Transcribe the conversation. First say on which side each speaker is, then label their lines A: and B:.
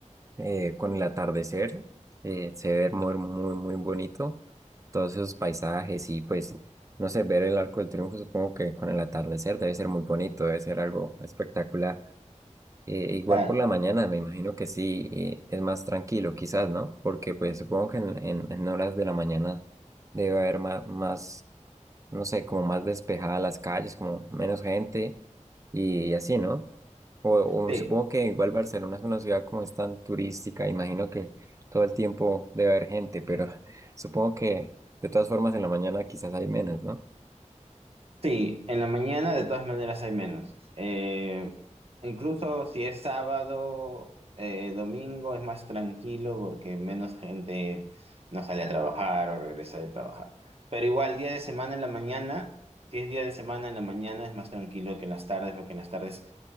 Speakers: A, on the right; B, on the right.
A: eh, con el atardecer, eh, se ve muy, muy, muy bonito todos esos paisajes y pues, no sé, ver el Arco del Triunfo supongo que con el atardecer debe ser muy bonito, debe ser algo espectacular. Eh, igual
B: Nada,
A: por la mañana, me imagino que sí, eh, es más tranquilo quizás, ¿no? Porque pues supongo que en, en- en horas de la mañana debe haber más, más, no sé, como más despejadas las calles, como menos gente y así, ¿no? O,
B: sí,
A: o supongo que igual Barcelona es una ciudad como es tan turística, imagino que todo el tiempo debe haber gente, pero <laughs> supongo que de todas formas en la mañana quizás hay menos, ¿no?
B: Sí, en la mañana de todas maneras hay menos. Eh, incluso si es sábado, eh, domingo es más tranquilo porque menos gente no sale a trabajar o regresa de trabajar. Pero igual, día de semana en la mañana, si es día de semana en la mañana es más tranquilo que en las tardes porque en las tardes